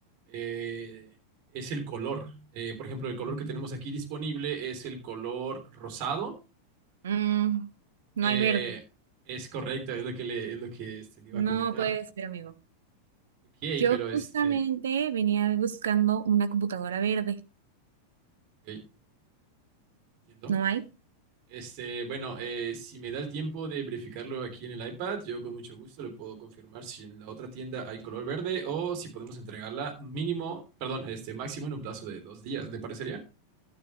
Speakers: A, on the right; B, on the right.
A: eh, es el color. Eh, por ejemplo, el color que tenemos aquí disponible es el color rosado.
B: Mm, no
A: Eh,
B: hay verde.
A: es correcto, es lo que le, es lo que este, le iba
B: No
A: a comentar.
B: puede ser, amigo.
A: Ok,
B: Yo
A: pero
B: justamente
A: este,
B: venía buscando una computadora verde.
A: ok, entiendo.
B: ¿No hay?
A: Este, bueno, eh, si me da el tiempo de verificarlo aquí en el iPad, yo con mucho gusto le puedo confirmar si en la otra tienda hay color verde o si podemos entregarla mínimo, perdón, este máximo en un plazo de dos días, ¿le parecería?